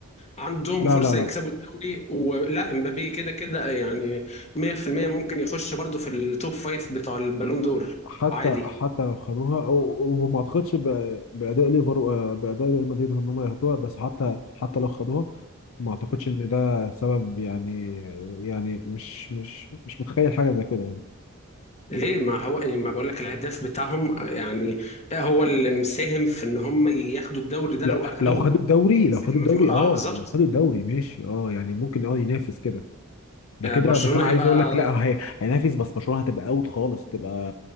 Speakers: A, on the left; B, on the left.
A: عندهم
B: لا
A: فرصة
B: لا لا
A: يكسبوا الدوري ولا امبابي كده كده يعني 100% ممكن يخش برضه في التوب فايف بتاع البالون دور
B: حتى
A: عادي
B: حتى لو خدوها أو- وما اعتقدش ب- باداء ليفر آه، باداء ريال مدريد ان هم ياخدوها بس حتى حتى لو خدوها ما اعتقدش ان ده سبب يعني يعني مش مش مش متخيل حاجه زي كده يعني
A: ليه ما هو ما بقول لك الهداف بتاعهم يعني هو اللي مساهم في ان هم ياخدوا الدوري ده
B: لو
A: لو اخدوه
B: لو خدوا الدوري لو
A: لسه
B: خدوا
A: كمان
B: الدوري
A: في م- اه
B: اه
A: بالظبط
B: لو خدوا الدوري ماشي اه يعني ممكن اه ينافس كده ده
A: آه،
B: كده
A: برشلونة
B: بس انا
A: هيبقى
B: عايز اقول لك لا هي هينافس بس برشلونه هتبقى اوت خالص تبقى